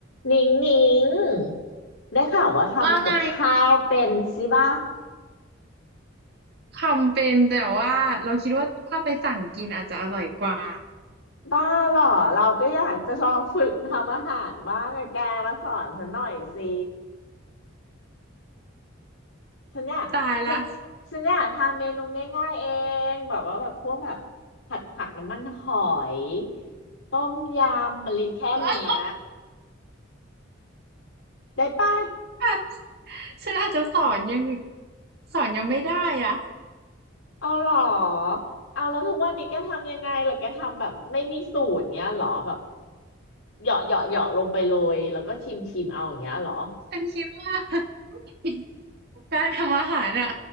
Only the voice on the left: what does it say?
หนิงหนิงได้ข่าวว่าทำกับข้าวเป็นสิบ้า
บ้าเหรอเราก็อยากจะลองฝึกทำอาหารบ้างอะแกมาสอนฉันหน่อยสิฉันอยากฉัน
ฉันอยากทำเมนูง่ายๆเองแบบว่าแบบพวกแบบผัดผักน้ำมันหอยต้มยำอะไรแค่เนี้ย
ได้ป่ะ
เอาเหรอเอาแล้วทุกวันนี้แกทำยังไงล่ะแกทำแบบไม่มีสูตรเงี้ยเหรอแบบ เหยาะเหยาะเหยาะลงไปเลยแล้วก็ชิมชิมเอาอย่างเงี้ยเหรอ